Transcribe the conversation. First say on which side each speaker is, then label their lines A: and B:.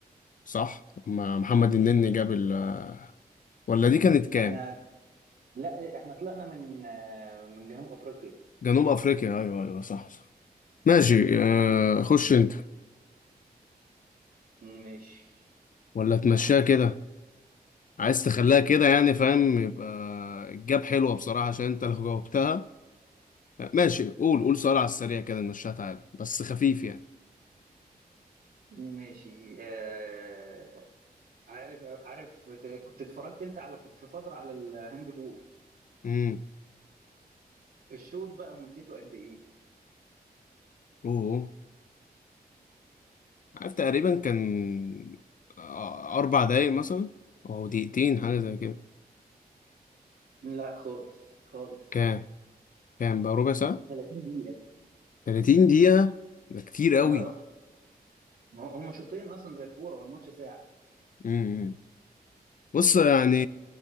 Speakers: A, on the left (about 55°); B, on the right (about 65°).
A: صح ما- محمد النني جاب ال آه، ولا دي كانت كام؟
B: احنا لا احنا طلعنا من آه، من جنوب افريقيا
A: جنوب أفريقيا أيوه أيوه صح صح ماشي آه، خش أنت
B: ماشي
A: ولا تمشيها كده عايز تخليها كده يعني فاهم يبقى الجاب حلوة بصراحة عشان أنت لو جاوبتها ماشي قول قول سؤال على السريع كده نمشيها تعالى بس خفيف يعني
B: ماشي آه، عارف عارف كنت اتفرجت انت على في فترة على الهاند بول
A: امم
B: الشوط بقى مدته قد ايه؟
A: أوه عارف تقريبا كان آه، أربع دقايق مثلا أو دقيقتين حاجة زي كده
B: لا خالص خالص
A: كام كام بقى ربع ساعة
B: 30 دقيقة
A: 30 دقيقة ده كتير قوي
B: اه ما هو- هما شوطين اصلا زي الكورة والماتش ساعة
A: امم إمم. بص يعني